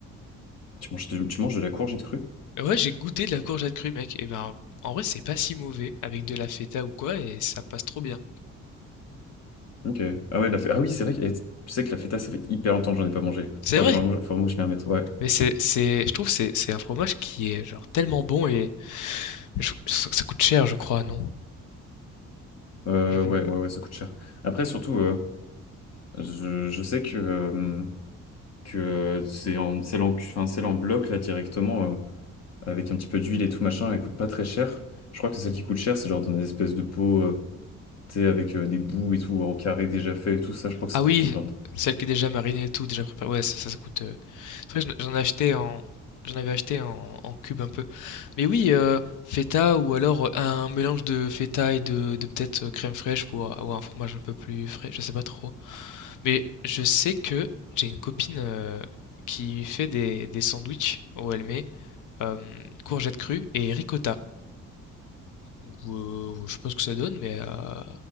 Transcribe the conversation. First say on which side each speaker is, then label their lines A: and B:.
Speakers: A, on the left (about 55°); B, on the left (about 80°).
A: Tu manges, de- tu manges de la courgette crue?
B: Ouais, j'ai goûté de la courgette crue, mec. Et ben, en vrai, c'est pas si mauvais avec de la feta ou quoi et ça passe trop bien.
A: Ok. Ah ouais, la feta- Ah oui, c'est vrai. que- eh, Tu sais que la feta, ça fait hyper longtemps que j'en ai pas mangé.
B: C'est
A: Faudrait
B: vrai.
A: que j'en mange- faudrait vraiment que je m'y remette. ouais.
B: Mais c'est, c'est, je trouve que c'est, c'est un fromage qui est genre tellement bon et je- ça, ça coûte cher, je crois, non?
A: Euh,
B: Je-
A: ouais, ouais, ouais, ça coûte cher. Après, surtout, euh, je, je sais que, euh, que euh, c'est en, c'est l'en- enfin, c'est l'en bloc, là, directement, euh, avec un petit peu d'huile et tout, machin, elle coûte pas très cher. Je crois que celle qui coûte cher, c'est genre dans des espèces de pots, euh, tu sais, avec euh, des bouts et tout, en carré déjà fait et tout, ça, je crois que ça
B: Ah
A: coûte
B: oui,
A: une blinde.
B: celle qui est déjà marinée et tout, déjà préparée. Ouais, ça, ça, ça coûte euh, C'est vrai que j'en j'en ai acheté en, j'en avais acheté en, en cube un peu. Mais oui, euh, feta ou alors euh, un mélange de feta et de, de peut-être euh, crème fraîche pour avoir un fromage un peu plus frais, je sais pas trop. Mais je sais que j'ai une copine euh, qui fait des, des sandwichs où elle met euh, courgettes crues et ricotta. Donc, euh, je sais pas ce que ça donne, mais, euh,